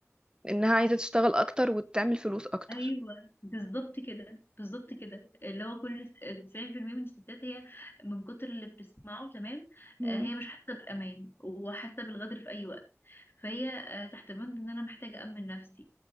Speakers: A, on the right (about 20°); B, on the left (about 50°).
A: إنها عايزة تشتغل أكتر وتعمل فلوس أكتر
B: ايوه بالظبط كده بالظبط كده اللي هو كل س- 90% من الستات هي من كتر اللي بتسمعه تمام
A: مم.
B: آه، هي مش حاسه بالامان وحاسه بالغدر في اي وقت فهي آه، تحت بند ان انا محتاجه امن نفسي